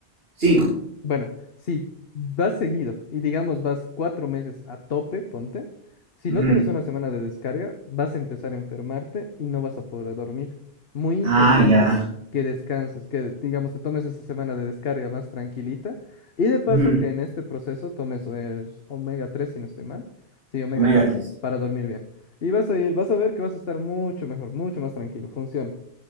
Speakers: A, on the right; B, on the left.
A: cinco.
B: Bueno, si vas seguido y digamos vas cuatro meses a tope, ponte, si
A: Ujú.
B: no tienes una semana de descarga, vas a empezar a enfermarte y no vas a poder dormir. Muy importante
A: Ah, ya.
B: que descanses, que digamos te tomes esa semana de descarga más tranquilita y de paso
A: Ujú,
B: que en este proceso tomes el omega 3, si no estoy mal, sí, omega
A: Omega
B: tres
A: 3.
B: para dormir bien. Y vas a ir, vas a ver que vas a estar mucho mejor, mucho más tranquilo, funciona.